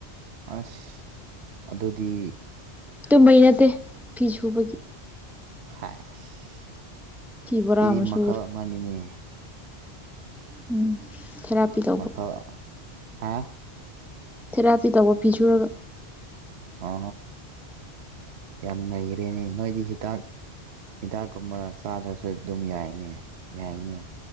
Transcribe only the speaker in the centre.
ꯇꯨꯝꯍꯩ ꯅꯠꯇꯦ ꯐꯤ ꯁꯨꯕꯒꯤ
ꯐꯤ ꯕꯣꯔꯥ
ꯑꯃ
ꯁꯨꯈ꯭ꯔꯦ
ꯎꯝ ꯊꯦꯔꯥꯄꯤ ꯇꯧꯕ
ꯊꯦꯔꯥꯄꯤ ꯇꯧꯕ ꯄꯤꯖꯨꯔꯒ